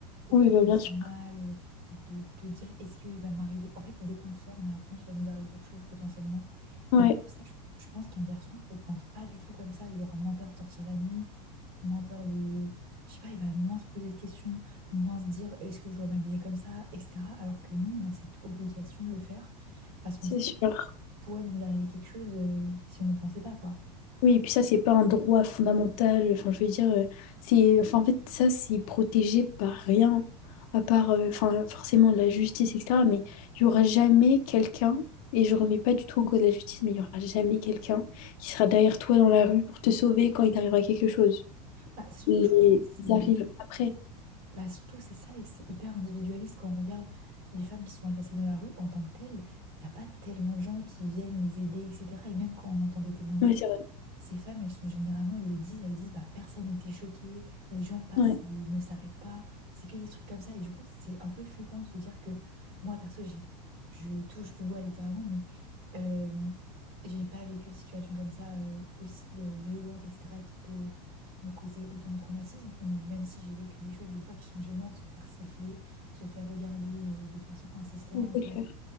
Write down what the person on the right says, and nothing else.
et
de te sentir
mal, euh, de te dire est-ce qu'il va m'arriver. En fait, dès qu'on sort, on a l'impression qu'il va nous arriver quelque chose potentiellement.
Alors que ça, je, je pense qu'un garçon, il pense pas du tout comme ça, il aura moins peur de sortir la nuit, moins peur de... Je sais pas, il va moins se poser de questions moins se dire est-ce que je dois m'habiller comme ça, etc. Alors que nous, on a cette obligation de le faire parce qu'on
sait
qu'il pourrait nous arriver quelque chose euh, si on ne pensait pas, quoi.
Bah, surtout,
je trouve que c'est
Bah surtout, c'est ça, et que c'est hyper individualiste quand on regarde les femmes qui sont agressées dans la rue en tant que telles. Il n'y a pas tellement de gens qui viennent les aider, etc. Et même quand on entend des témoignages,
ces femmes, elles sont généralement, elles le disent, elles disent, bah personne n'était choqué, les gens passent
et ne s'arrêtent pas. C'est que des trucs comme ça. Et du coup, c'est un peu flippant de se dire que moi, perso, j'ai, je touche du bois littéralement, mais euh, j'ai pas vécu de situation comme ça euh, aussi euh, violente, etc., qui peut me causer autant de traumatisme, mais même si j'ai vécu des choses des fois qui sont gênantes, se faire siffler, se faire regarder euh, de façon insistante,
euh,